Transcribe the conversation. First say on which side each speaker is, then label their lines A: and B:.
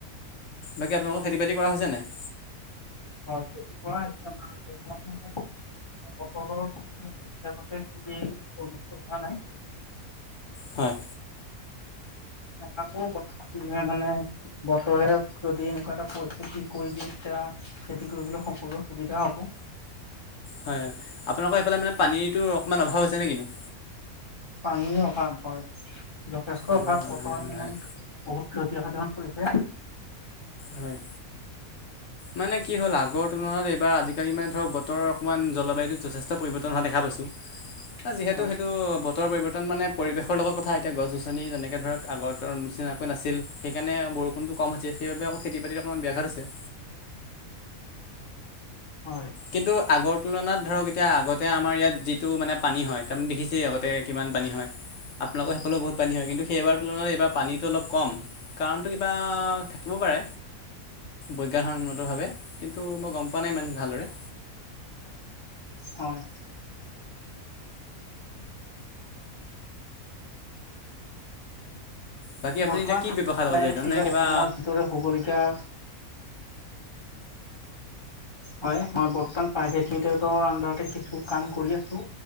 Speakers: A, on the left; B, on the left.
A: বাকী আপোনালোকৰ খেতি বাতি কৰা হৈছে নাই?
B: হয় খেতি কৰা সিদ্ধান্ত নাই বতৰটোত কটৰৰ ইয়াৰ বাবে খুবেই <unintelligible> হোৱা নাই।
A: হয়।
B: আকৌ বা চুয়ে ধানে বতৰে যদি এনেকুৱা এটা পৰিস্থিতি কৰি দিয়ে তিয়া খেতি কৰিবলৈ সকলোৰে সুবিধা হ'ব।
A: হয় আপোনালোকৰ সেইফালে মানে পানীটো অকণমান অভাৱ হৈছে নে কিনো?
B: পানীৰ অভাৱ হয়, যথেষ্ট
A: অঁ
B: অভাৱ
A: হয়
B: বতৰ
A: হয়
B: মানে
A: হয় হয়
B: বহুত ক্ষতিসাধন কৰিছে।
A: হয়। মানে কি হ'ল আগৰ তুলনাত এইবাৰ আজিকালি মানে ধৰক বতৰৰ অকণমান জলবায়ুটোত যথেষ্ট পৰিৱৰ্তন হোৱা দেখা পাইছোঁ।
B: হয়
A: যিহেতু সেইটো বত- তৰ পৰিৱৰ্তন মানে পৰিৱেশৰ লগত কথা এতিয়া গছ গছনি যেনেকে ধৰক আগৰ নিচিনাকৈ নাছিল সেইকাৰণে বৰষ- ষুণটো কম হৈছে যদি সেইবাবে আকৌ খেতি বাতি অকণমান ব্যাঘাট হৈছে।
B: হয়।
A: কিন্তু আগৰ তুলনাত ধৰক এতিয়া আগতে আমাৰ ইয়াত যিটো মানে পানী হয় তাৰমানে দেখিছেই আগতে কিমান পানী হয়। আপোনালোকৰ সেইফালেও বহু পানী হয় কিন্তু সেইবাৰ তুলনাত পানীটো অলপ কম। কাৰণটো কিবা থাকিব পাৰে। বৈজ্ঞান সন্মত ভাৱে কিন্তু মই গম পোৱা নাই ইমান ভালদৰে।
B: হয়।
A: বাকী আপুনি
B: বৰ্তমান
A: এতিয়া কি ব্যৱসায়ৰ লগত
B: মেঘ
A: জড়িত
B: কি
A: নে
B: বা
A: কিবা
B: অসমত যিদৰে হ'বলগীয়া হয় মই বৰ্তমান প্ৰাইভেট মিটাৰ আন্ডৰতে কিছু কাম কৰি আছো।